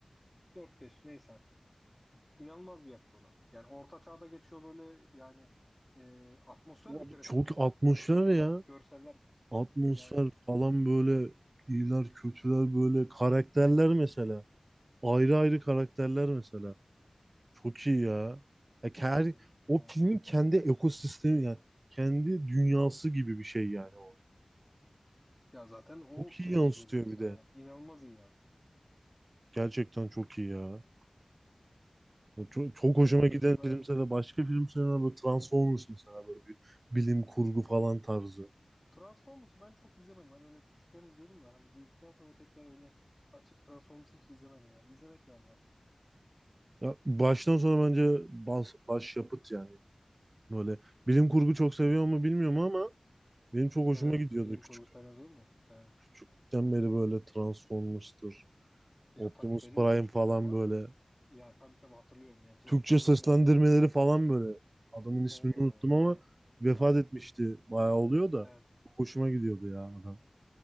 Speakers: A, on the left (about 15°); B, on the right (about 50°).
A: 4-5 neyse artık. İnanılmaz bir yapıt o da. Yani orta çağda geçiyor böyle yani e, atmosfer bir
B: Abi
A: kere
B: Çok
A: çok güzel.
B: 60'lar
A: Hani çekimler,
B: ya.
A: görseller
B: Atmosfer
A: yani
B: falan böyle iyiler kötüler böyle karakterler mesela. Ayrı ayrı karakterler mesela. Çok iyi ya. Ya her,
A: çok iyi film.
B: o
A: Yani
B: filmin kendi ekosistemi yani kendi dünyası gibi bir şey yani o.
A: ya zaten o
B: Çok
A: çekici
B: iyi yansıtıyor
A: geliyor insana
B: bir de.
A: yani. İnanılmaz iyi yani.
B: Gerçekten çok iyi ya. O çok, çok hoşuma
A: Onun dışında
B: giden filmse de başka filmse de böyle Transformers mesela böyle bir bilim kurgu falan tarzı.
A: Transformers'ı ben çok izlemedim. Hani öyle küçükken izliyordum da hani büyüdükten sonra tekrar öyle açıp Transformers'ı hiç izlemedim yani. İzlemek lazım aslında.
B: Ya baştan sona bence bas, başyapıt yani. Böyle bilim kurgu çok seviyor mu bilmiyorum ama Benim çok hoşuma
A: Severim.
B: gidiyordu
A: Bilim
B: küçük
A: kurgu sevmez olur mu? Yani,
B: küçükten beri böyle Transformers'tır,
A: ya
B: Optimus
A: tabii benim
B: Prime
A: de küçüklükten
B: falan
A: var.
B: böyle.
A: Yani tabii tabii hatırlıyorum. Yani çizgi
B: Türkçe
A: filmlerini
B: seslendirmeleri
A: falan da izliyordum.
B: falan böyle. Adamın ismini
A: O
B: unuttum ama
A: şey
B: vefat
A: Aynen.
B: etmişti.
A: <laughs>
B: Bayağı oluyor da.
A: Evet.
B: Çok hoşuma gidiyordu ya adam.